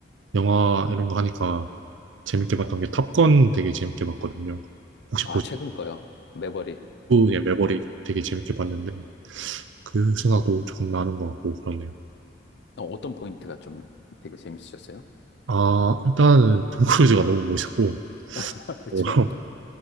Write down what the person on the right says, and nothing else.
영화 이런 거 하니까 재밌게 봤던 게 탑건 되게 재밌게 봤거든요. 혹시
보셨
예, 매버릭 되게 재밌게 봤는데 그 생각도 조금 나는 것 같고 그렇네요.
아, 일단은 톰 크루즈가 너무 멋있고
어,